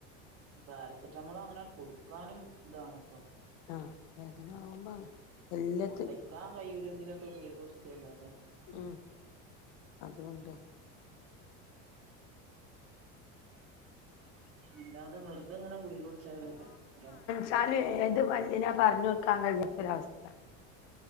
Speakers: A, on the right (about 45°); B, on the left (about 75°).
A: പാരസെറ്റാമോളോ അങ്ങനെ കുടിക്കാനും ഇതാണ് ഇപ്പൊ
B: ആഹ് വേദന ആകുമ്പോ എല്ലാത്തി
A: ക്കാ കയ്യുല്ലെങ്കിലൊക്കെ ഗുളികുടിച്ചല്ലാതെ
B: ഉം അതൊണ്ട്
A: അല്ലാതെ വെറുതെങ്ങനെ ഗുളികുടിച്ചഒരു ഇതാ
B: താല് ഏത് പല്ലിനാ പർഞൊടുക്കാൻ കഴിയാത്തൊരവസ്ഥ